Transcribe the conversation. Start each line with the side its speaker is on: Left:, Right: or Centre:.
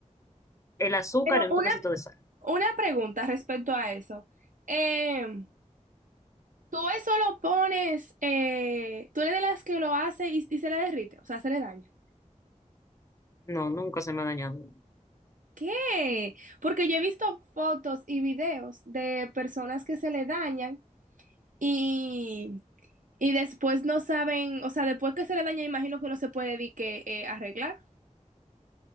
Left: el azúcar
Right: Pero
Left: y un
Right: una,
Left: toquecito de sal.
Right: una pregunta respecto a eso. Em, ¿tú eso lo pones, eh, tú eres de las que lo hace y, y se le derrite, o sea, se le daña?
Left: No, nunca se me ha dañado.
Right: ¿Qué? Porque yo he visto fotos y videos de personas que se le dañan Y, y después no saben, o sea, después que se le daña, imagino que no se puede di que eh, arreglar.